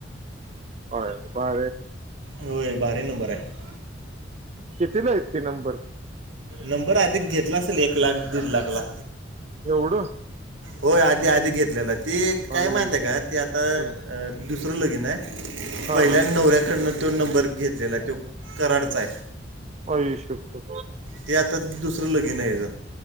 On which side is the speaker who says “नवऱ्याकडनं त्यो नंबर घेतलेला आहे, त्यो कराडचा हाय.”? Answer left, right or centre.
Right